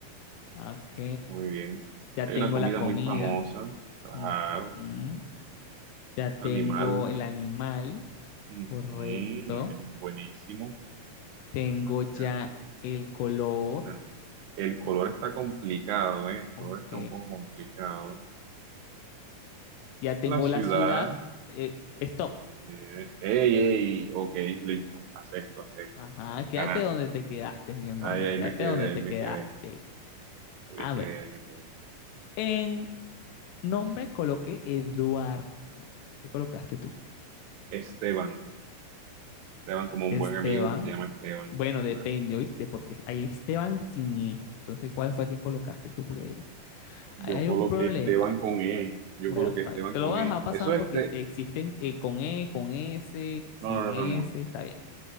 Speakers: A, on the left (about 80°); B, on the right (about 80°).
A: Ok,
B: Muy bien.
A: ya
B: Hay
A: tengo
B: una comida
A: la comida.
B: muy famosa, claro,
A: Ujú. Ya
B: un
A: tengo
B: animal,
A: el animal,
B: ujú,
A: correcto.
B: un animal buenísimo.
A: Tengo
B: A
A: ya
B: ver,
A: el color,
B: bueno, el color está complicado, ¿eh? El color
A: ok.
B: está un poco complicado.
A: Ya tengo
B: La ciudad,
A: la ciudad, eh, stop.
B: eh, ey, ey, ok, listo, acepto, acepto.
A: Ajá, quédate
B: Ganaste.
A: donde te quedaste, mi hermano.
B: Ahí, ahí
A: Quédate
B: me quedé,
A: donde
B: ahí
A: te
B: me
A: quedaste.
B: quedé, ahí me
A: A
B: quedé,
A: ver,
B: ahí me quedé.
A: en nombre coloqué Eduardo. ¿Qué colocaste tú?
B: Esteban, Esteban como un
A: Esteban.
B: buen amigo que se llama Esteban.
A: Bueno, depende,
B: Ah,
A: ¿oíste? Porque hay Esteban sin E. Entonces, ¿cuál fue el que colocaste tú? Porque
B: Yo
A: ahí hay
B: coloqué
A: un problema.
B: Esteban con E, yo
A: Bueno,
B: coloqué
A: está
B: Esteban
A: bien. Te
B: con
A: lo voy a
B: E.
A: dejar pasar
B: Eso es
A: porque
B: este,
A: existen eh, con E, con S, sin
B: no, no,
A: S,
B: no, no. no.
A: está bien.